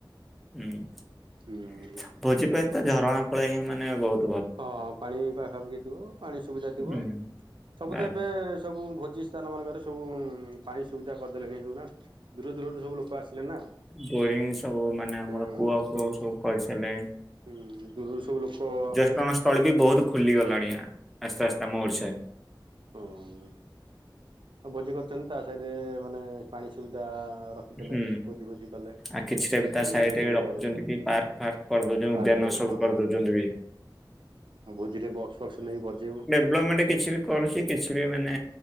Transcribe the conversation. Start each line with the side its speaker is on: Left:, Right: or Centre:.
Centre: ହୁଁ
Right: ହୁଁ
Centre: ଭୋଜି ପାଇଁ ତ ଝରଣା କୂଳେ ହିଁ ମାନେ ବୋହୁତ୍
Right: ହଁ ପାଣି ପାଖାପାଖି ଥିବ, ପାଣି ସୁବିଧା ଥିବ
Centre: ହୁଁ
Right: ସବୁ
Centre: ବାସ୍।
Right: ତ ଏବେ ସବୁ ଭୋଜି ସ୍ଥାନ ମାନଙ୍କରେ ସବୁ-ଉ ପାଣି ସୁବିଧା କରିଦେଲେଣି ସବୁ ନା। ଦୂର ଦୂରରୁ ସବୁ ଲୋକ ଆସିଲେ ନା
Centre: ବୋରିଂ ସବୁ ମାନେ ଆମର
Right: ହୁଁ
Centre: କୂଅ
Right: ଦୂରରୁ
Centre: ଫୁଅ ସବୁ
Right: ହୁଁ।
Centre: କରିସାରିଲେଣି।
Right: ହୁଁ ଦୂରୁରୁ ସବୁ ଲୋକ ଆସୁଚ
Centre: ଟନ ସ୍ଥଳୀ ବି ବୋହୁତ୍ ଖୁଲି ଗଲାଣି, ଆ-ଆସ୍ତେ ଆସ୍ତେ ଆମ ଓଡିଶାରେ।
Right: ହଁଉମ୍। ଆଉ ଭୋଜି କରୁଚନ୍ତି, ତା ସହିତେ ମାନେ ପାଣି ସୁବିଧା ରଖିଦେଲେ
Centre: ହୁଁ
Right: ଭୋଜି ଭୋଜି କଲେ।
Centre: ଆଉ କିଛିଟା ବି
Right: ଦୂ
Centre: ତା ସାଇଟ୍
Right: ଦୂର
Centre: ରେ
Right: ଜାଗାରୁ
Centre: ରଖୁଛନ୍ତି କି ପାର୍କ ଫାର୍କ କରଦୋଉଚନ୍ତି
Right: ପାର୍କ
Centre: ଉଦ୍ୟାନ
Right: ଫାର୍କ
Centre: ସବୁ
Right: ହଁ।
Centre: କରଦୋଉଚନ୍ତି ବି।
Right: ଆଉ ଭୋଜିରେ ବକ୍ସ ଫକ୍ସ ନେଇ ବଜେଇବୁ
Centre: ଲପମେଣ୍ଟ କିଛି ବି କରୁଛି କିଛି ବି ମାନେ